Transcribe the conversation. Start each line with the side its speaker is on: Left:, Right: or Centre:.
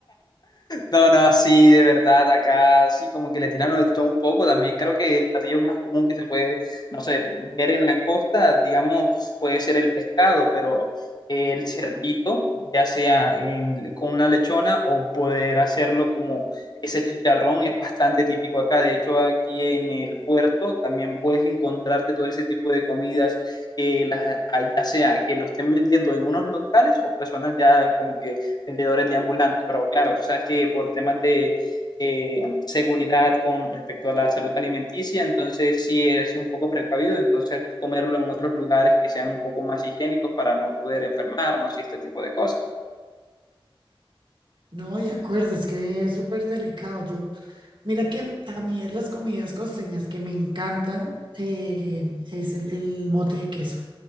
Left: No, no, sí, de verdad, acá sí, como que le tiraron de todo un poco. También creo que el platillo más común que se puede, no sé, ver en la costa, digamos, puede ser el pescado, pero el cerdito, ya sea en- con una lechona o poder hacerlo como ese chicharrón, es bastante típico acá. De hecho, aquí en el puerto también puedes encontrarte todo ese tipo de comidas que las, ya sea que lo estén vendiendo en unos locales o personas ya como que vendedores de ambulantes, pero claro, tú sabes que por temas de eh, seguridad con respecto a la salud alimenticia, entonces sí es un poco precavido, entonces comerlo en otros lugares que sean un poco más higiénicos para no poder enfermarnos y este tipo de cosas.
Right: No, de acuerdo, es que es súper delicado. Yo, mira que a mí de las comidas costeñas que me encantan eh, es el, el mote de queso.